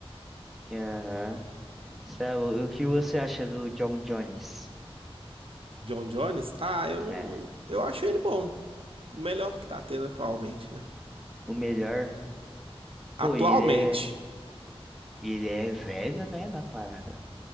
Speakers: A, in the centre; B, on the right.
A: aham, cê é louco. O que você acha do John Jones?
B: John Jones? Ah, eu não.
A: É,
B: Eu acho ele bom. O melhor que tá tendo atualmente, né?
A: o melhor?
B: Atualmente.
A: Pô, e ele é. e Ele é velho mesmo, a parada.